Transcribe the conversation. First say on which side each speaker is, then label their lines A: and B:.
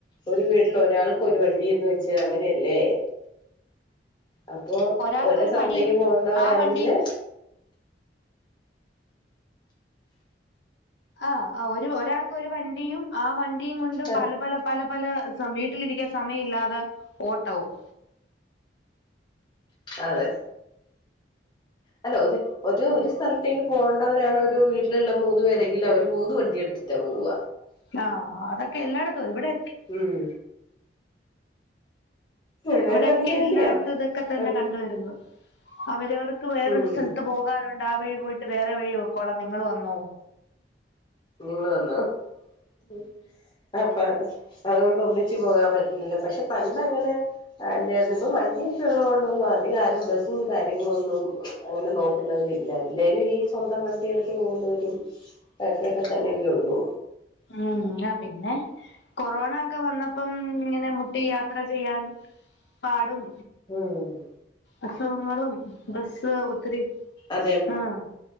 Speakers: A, on the left; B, on the left.
A: ഒരു വീട്ടില് ഒരാൾക്ക് ഒരു വണ്ടിന്ന് വെച്ച് അങ്ങനെയല്ലേ അപ്പൊ
B: ഒരാൾക്കൊരു
A: ഒരു സലത്തേക്ക്
B: പണിയും
A: പോകണ്ടവരാണെങ്കില്
B: ആ വണ്ടി ആഹ് അഹ് ഒരു ഒരാൾക്കൊരു വണ്ടിയും ആ വ ണ്ടീം കൊണ്ട്
A: ആ
B: പല പല പല പല സമ ട്ടിലിരിക്കാൻ സമയില്ലാത ഓട്ടവും
A: അതെ അല്ല ഒരു ഒരു ഒരു സ്ഥലത്തേക്ക് പോവണ്ടവരാണ് ഒരു വീട്ടിലിള്ള മൂന്ന് പേരെങ്കിലു അവര് മൂന്ന് വണ്ടി എടുത്തിട്ടാ പോവ.
B: ആഹ് അതൊക്കെ എല്ലായിടത്തുവ ഇവിടെ
A: ഉം എല്ലാരും
B: ഇവിടെക്കെ
A: അങ്ങനെ തന്നെയാ
B: എല്ലാടത്തു ഇതൊക്കെ തന്നെ
A: അത്
B: കണ്ടുവരുന്നു. അവരവർ ക്ക് വേറൊരു
A: ഉം
B: സലത്ത് പോകാനുണ്ട് ആ വഴി പോ വേറെ വഴി പൊക്കോണം നിങ്ങള് വന്നോ
A: നിങ്ങള് വന്നോ മ്മ് അപ്പ അത് അതുകൊണ്ട് ഒന്നിച്ച് പോകാൻ പറ്റ ഇല്ല പക്ഷെ പണ്ടങ്ങനെ അല്ലയിരുന്നു ഇപ്പൊ വണ്ടിയൊക്കെ ഉള്ളോണ്ടൊന്നും അധികം ആരും ബസ്സും കാര്യങ്ങളൊന്നും അങ്ങനെ നോക്കുന്നവരില്ല എല്ലാരും ഈ സ്വന്തം വണ്ടി എടുത്ത് പോകുന്നവരും ക്കെ തന്നെയല്ലേ ഒള്ളൂ
B: മ്മ് ആ പിന്നെ കൊറോ ക്ക വന്നപ്പം ഇങ്ങനെ മു പി യാത്ര ചെയ്യാൻ പാടും
A: മ്മ്
B: അസുഖങ്ങളും ബസ്സ് ഒത്തിരി
A: അതെ
B: ആഹ്